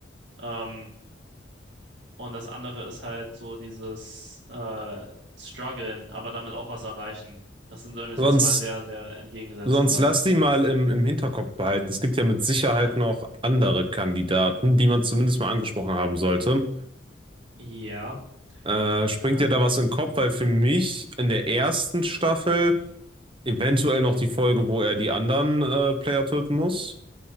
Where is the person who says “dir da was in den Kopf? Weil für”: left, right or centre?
Right